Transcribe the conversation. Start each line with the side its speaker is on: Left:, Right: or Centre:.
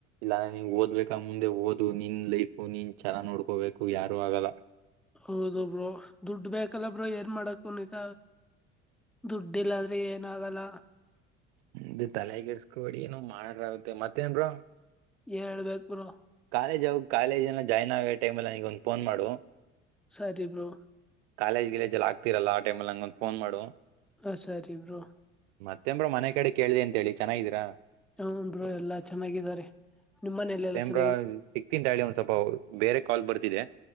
Right: ಇಲ್ಲಾಂದೆ ನೀನ್ ಓದ್ಬೇಕ ಮುಂದೆ ಓದು ನಿನ್ ಲೈಫು ನೀನ್ ಚೆನಾಗಿ ನೋಡ್ಕೋಬೇಕು ಯಾರು ಆಗಲ್ಲ.
Centre: ಹೌದ ಬ್ರೋ ದುಡ್ಡು ಬೇಕಲ್ಲ ಬ್ರೋ ಏನ್ ಮಾಡಕುನು ಈಗ ದುಡ್ಡಿಲ್ಲಾದ್ರೆ ಏನಾಗಲ್ಲ.
Right: ಬಿಡಿ ತಲೆಗಿಡಸ್ಕೋಬೇಡಿ ಏನ ಮಾಡ್ರ ಆಗುತ್ತೆ ಮತ್ತೇನ್ ಬ್ರೋ
Centre: ಹೇಳ್ಬೇಕ್ ಬ್ರೋ
Right: ಕಾಲೇಜ್ ಹೋಗಿ ಕಾಲೇಜ್ನ ಜಾಯ್ನ್ ಆಗೋ ಟೈಮ್ ನಗ ಒಂದ ಫೋನ್ ಮಾಡು,
Centre: ಸರಿ ಬ್ರೋ
Right: ಕಾಲೇಜ್ ಗಿಲೇಜ್ ಆಗ್ತಿರಲ್ಲ ಆ ಟೈಮಲ್ಲಿ ನಗೊಂದು ಫೋನ್ ಮಾಡು.
Centre: ಅ ಸರೀ ಬ್ರೋ,
Right: ಮಾತೇನ್ ಬ್ರೋ ಮನೆ ಕಡೆ ಕೇಳ್ದಿದೆ ಅಂತೇಳಿ ಚೆನ್ನಾಗಿದೀರ.
Centre: ಹ ಹ್ಹೋ ಬ್ರೋ ಎಲ್ಲಾ ಚೆನ್ನಾಗಿದ್ದಾರೆ ನಿಮ್ಮ್ ಮನೆಲ್ ಎಲ್ಲ.
Right: ಸಿಂತ ಹೇಳಿ ಓನ್ ಸ್ವಲ್ಪ ಬೇರೆ ಕಾಲ್ ಬರ್ತಿದೆ